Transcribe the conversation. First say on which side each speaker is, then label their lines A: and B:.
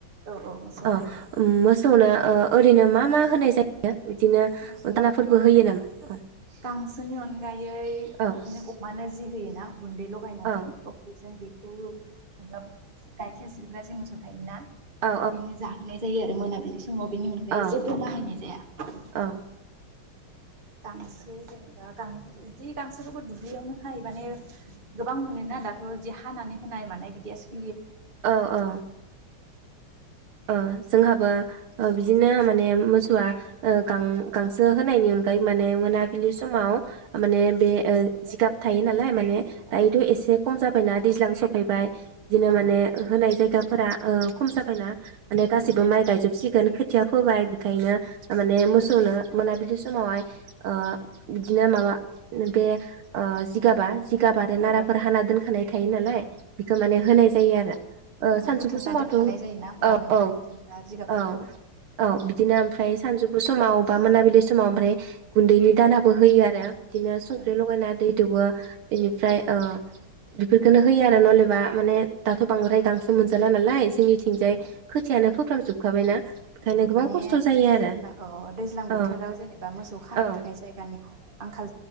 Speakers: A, on the right; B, on the right.
A: औ औ मोसौ
B: अ
A: लायो
B: मौसौनो ओ ओरैनो मा मा होनाय जायो? बिदिनो
A: मोसानोथ'
B: दानाफोरबो होयो नामा औ
A: गांसोनि अनगायै
B: औ
A: बिदिनो अमानो जि होयोना गुन्दै लगायनानै
B: औ
A: अफिस जों बेखौबो <unintelligible> गायखेर से खुग्राजों मोसौ थायोना
B: औ
A: बिदिनो जाहोनाय जायो आरो मोना <inaudible> जोंङो बेनि अनगायै
B: औ
A: जेबो बाहायनाय जाया
B: औ
A: गांसो जेनेबा गांसो बिदि गांसोखौबो दुब्लियावनो खायो बाने गोबां मोनोना दाथ बिदि हानानै होनाय मानाय बिदिया स
B: औ औ ओ। जोंहाबो ओ बिदिनो माने मोसौआ ओ गां-गांसो होनायनि अनगायै माने मोनाबिलि समाव माने बे ओ जिगाब थायो नालाय माने
A: औ
B: दायोथ' एसे खम जाबायना दैज्लां सफैबाय बिदिनो
A: औ
B: माने होनाय जायगाफोरा ओ खम जाबायना माने गासिबो
A: औ
B: माइ गायजोबसिगोन खोथिया फोबाय। ओंखायनो माने मोसौनो मोना बिदि समावहाय ओ बिदिनो माबा ओ बे जिगाबा जिगाब आरो
A: औ
B: नाराफोर हाना दोनखानाय थायो
A: औ
B: नालाय
A: औ
B: बिखो माने होनाय जायो आरो।
A: अ
B: ओ सानजौफु
A: बुथुमना
B: समावथ'
A: दोनखानाय
B: औ
A: जायोना होमबा नोंथां
B: औ
A: जेनेबा जिगाबफोरखौ
B: औ औ बिदिनो ओमफ्राय सानजौ समाव बा मोनाबिलि समाव ओमफ्राय गुन्दैनि दानाबो होयो आरो बिदिनो संख्रि
A: औ
B: लगायना दै दौवो बेनिफ्राय ओ बेफोरखौनो होयो आरो नलेबा माने दाथ' बांद्राय दांसो मोनजाला नालाय जोंनिथिंजाय
A: औ
B: खोथियानो फोफ्रामजोबखाबायना ओंखायनो
A: औ
B: गोबां
A: माने
B: खस्थ' जायो आरो
A: जेब्ला अ दैज्लां बोथोराव
B: औ
A: जेनेबा मोसौ खानो
B: औ
A: थाखाय जायगानि आंखाल